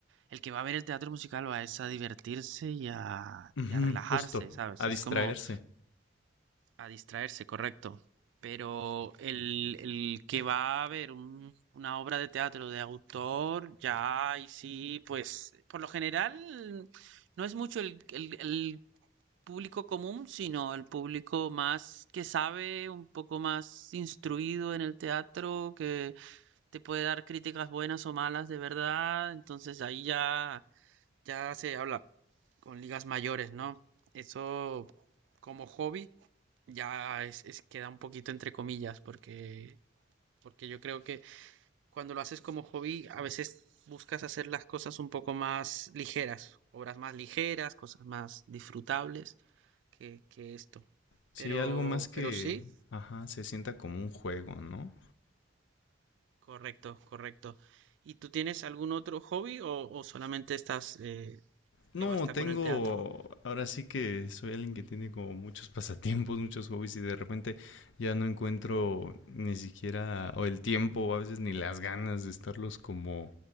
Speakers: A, on the right; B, on the left.
A: el que va a ver el teatro musical va es a divertirse y a,
B: Ujú,
A: y a relajarse,
B: justo,
A: ¿sabes?
B: a distraerse.
A: Es como a distraerse, correcto. Pero el, el que va a ver un- una obra de teatro de autor, ya y sí, pues por lo general no es mucho el, el- el público común, sino el público más que sabe, un poco más instruido en el teatro, que te puede dar críticas buenas o malas de verdad. Entonces ahí ya, ya se habla con ligas mayores, ¿no? Eso como hobby. Ya es, es- queda un poquito entre comillas, porque, porque yo creo que cuando lo haces como hobby, a veces buscas hacer las cosas un poco más ligeras, obras más ligeras, cosas más disfrutables que, que esto.
B: Sí,
A: Pero,
B: algo más que,
A: pero sí,
B: ajá, se sienta como un juego, ¿no?
A: correcto, correcto. ¿Y tú tienes algún otro hobby o, o solamente estás, eh,
B: No,
A: te basta
B: tengo,
A: con el teatro?
B: ahora sí que soy alguien que tiene como muchos pasatiempos, muchos hobbies y de repente ya no encuentro ni siquiera o el tiempo o a veces ni las ganas de estarlos como